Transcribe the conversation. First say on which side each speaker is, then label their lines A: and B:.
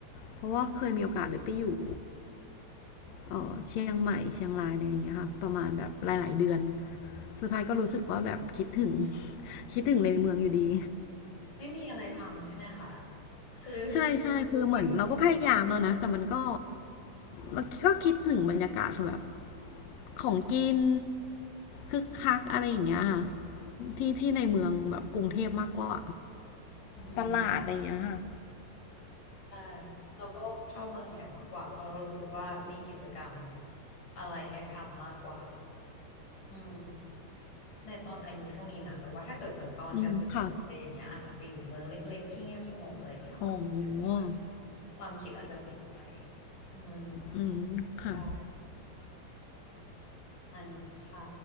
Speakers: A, on the left; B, on the left.
A: เพราะว่าเคยมีโอกาสได้ไปอยู่เออเชียงใหม่เชียงรายอะไรอย่างเงี้ยค่ะประมาณแบบหลายๆเดือน สุดท้ายก็รู้สึกว่าแบบคิดถึง <laughs> คิดถึงในเมืองอยู่ดี
B: ไม่มีอะไรทำใช่ไหมคะคือ
A: ใช่ใช่คือเหมือนเราก็พยายามแล้วนะแต่มันก็
B: พอไปอยู่เมือง
A: เราก็คิดถึงบรรยากาศคือแบบของกินคึกคักอะไรอย่างเงี้ยค่ะที่ที่ในเมืองแบบกรุงเทพมากกว่า
B: อืม
A: ตลาดอะไรอย่างเงี้ยค่ะ
B: ใช่เราก็ชอบเมืองใหญ่มากกว่าเพราะเรารู้สึกว่ามีกิจกรรมอะไรให้ทำมากกว่าอืมในตอนอายุเท่านี้นะแต่ว่าถ้าเกิดเหมือนตอนเกษียณหรืออะไรอย่างเงี้ยอาจจะไปอยู่เมืองเล็กๆที่เงียบสงบอะไรอย่างเงี้ยหกสิบเจ็ดสิบอะ
A: อืมค่ะอ๋อ
B: ความคิดอาจจะเปลี่ยนไปอืม
A: อืมค่ะ
B: ใช่อันนี้ค่ะ